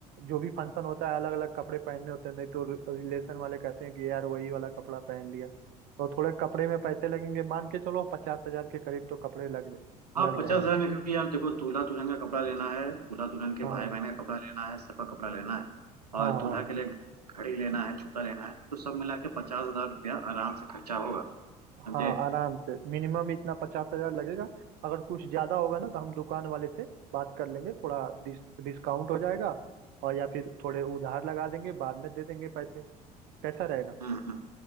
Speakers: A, on the right (about 50°); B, on the right (about 75°).
A: जो भी फंक्शन होता है अलग अलग कपड़े पहनने होते हैं नहीं तो रिलेशन वाले कहते हैं कि यार वही वाला कपड़ा पहन लिया तो थोड़े कपड़े में पैसे लगेंगे मान के चलो पचास हजार के करीब तो कपड़े लग
B: हाँ
A: लग
B: पचास
A: जाएंगे
B: हजार में क्योंकि यार देखो दूल्हा दुल्हन का कपड़ा लेना है दूल्हा दुल्हन के
A: हाँ
B: भाई बहन का कपड़ा लेना है सबका कपड़ा लेना है
A: हाँ
B: और
A: हाँ
B: दूल्हा के लिए घड़ी लेना है जूता लेना है तो सब मिला के पचास हजार रुपया आराम से खर्चा होगा समझे
A: हाँ आराम से मिनिमम इतना पचास हजार लगेगा अगर कुछ ज्यादा होगा ना तो हम दुकान वाले से बात कर लेंगे थोड़ा डिस डिस्काउंट हो जाएगा और या फिर थोड़े उधार लगा देंगे बाद में दे देंगे पैसे कैसा रहेगा
B: हम्म